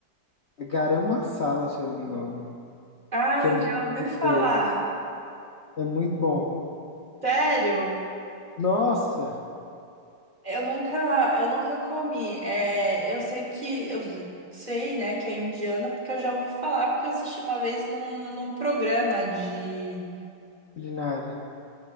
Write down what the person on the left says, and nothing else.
garam masala, se eu não me engano,
que é muito,
gostoso, é muito bom.
Nossa,
culinária.